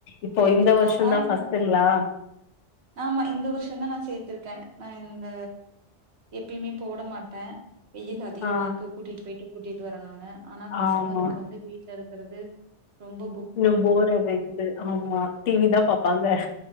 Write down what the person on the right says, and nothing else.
பாப்பா
என்ன
ஆமா இந்த வருஷோ தா நா சேர்த்திருக்கே நா இந்த எப்பியுமே போடமாட்டே வெயில் அதிகமா
இருக்கு கூட்டிட்டு போயிட்டு கூட்டிகிட்டு வரணுன்னு ஆனா பசங்களுக்கு
வந்து வீட்ல இருக் கறது ரொம்ப